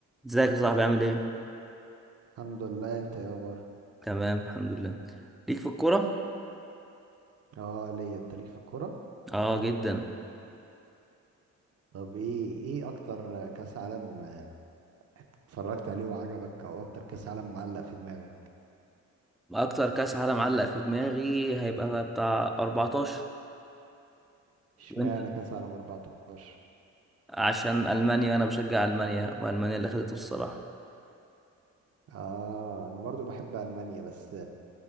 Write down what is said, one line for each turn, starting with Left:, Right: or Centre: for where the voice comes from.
Centre: ازيك يا صاحبي عامل ايه؟
Right: الحمد لله انت يا اخبار
Centre: تمام الحمد لله ليك في الكورة؟
Right: اه ليا انت ليك في الكوره
Centre: اه جدا
Right: طب ايه ايه اكتر كاس عالم اتفرجت عليه وعجبك او اكتر كاس عالم معلق في دماغك
Centre: اكتر كاس عالم علق في دماغي هيبقى بتاع 14
Right: اشمعنى
Centre: وانت
Right: كاس عالم 14
Centre: عشان المانيا وانا بشجع المانيا والمانيا اللي خدته الصراحة
Right: اه انا برضو بحب المانيا بس